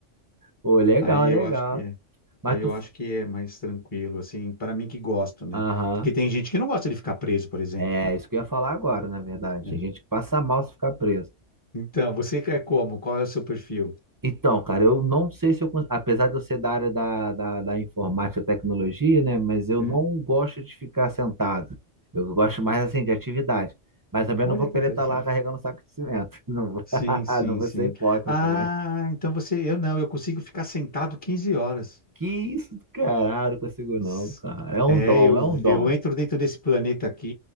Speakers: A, on the right (about 20°); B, on the left (about 30°).
A: Pô, legal,
B: aí
A: legal.
B: eu acho que é.
A: Mas
B: Aí eu
A: tu.
B: acho que é mais tranquilo, assim, para mim que gosto, né?
A: Aham.
B: Porque tem gente que não gosta de ficar preso, por exemplo.
A: É, isso que eu ia falar agora, na verdade.
B: né?
A: Tem gente que passa mal se ficar preso.
B: Então, você é como? Qual é o seu perfil?
A: Então, cara, eu não sei se eu, cons- apesar de eu ser da área da, da, da informática e tecnologia, né, mas eu
B: Uhum.
A: não gosto de ficar sentado. Eu gosto mais, assim, de atividade. Mas também
B: Olha
A: não vou
B: que
A: querer
B: interessante.
A: estar lá carregando saco de cimento. <laughs> Não vou,
B: Sim,
A: <laughs>
B: sim,
A: não vou
B: sim.
A: ser hipócrita,
B: Ah,
A: né?
B: então você, eu não, eu consigo ficar sentado 15 horas.
A: Que isso, caralho, não consigo não,
B: S-
A: cara. É um
B: É,
A: dom,
B: eu,
A: é um dom.
B: eu entro dentro desse planeta aqui